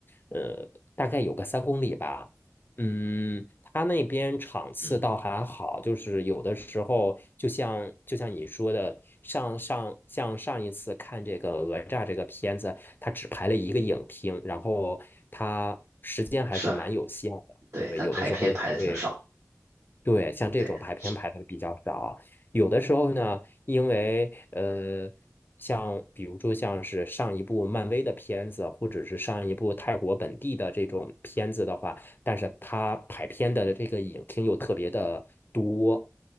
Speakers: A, on the left; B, on the right.
A: 呃，大概有个三公里吧。嗯，他那边场次倒还好，
B: 嗯，
A: 就是有的时候就像就像你说的，上上像上一次看这个《讹诈这个片子，它只排了一个影厅，然后它时间还是蛮有限的。
B: 是啊，对，
A: 对，
B: 他排片排的挺少。
A: 有的时候也会对，像这种排片排的比较少，
B: 对。
A: 有的时候呢，因为呃，像比如说像是上一部漫威的片子，或者是上一部泰国本地的这种片子的话，但是它排片的这个影厅又特别的多。